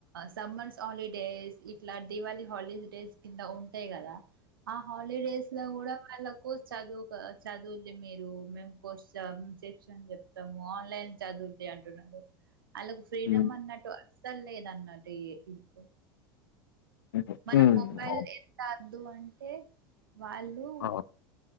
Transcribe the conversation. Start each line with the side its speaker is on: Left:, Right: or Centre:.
Right: సమ్మర్స్ హాలిడేస్ ఇట్లా దీవళి హాలిడేడేస్ కింద ఉంటాయి కదా ఆ హాలిడేస్ లో కూడా వాళ్ళక్ కోర్స్ చదువు చదువులే మీరు మేము కోర్స్ శిక్షన్ చెప్తాము ఆన్లైన్ చదువులే అం అంతేనండి వాళ్ళకు ఫ్రీడమ్
Left: ఉమ్.
Right: అన్నట్టు అస్ అసల్ లేదు అన్నట్ ఇ ఇప్పు
Left: హ్మ్.
Right: మనం
Left: హ్మ్.
Right: మొబైల్
Left: అవును.
Right: ఎంత వద్దు అంటే వాళ్ళు
Left: ఆ!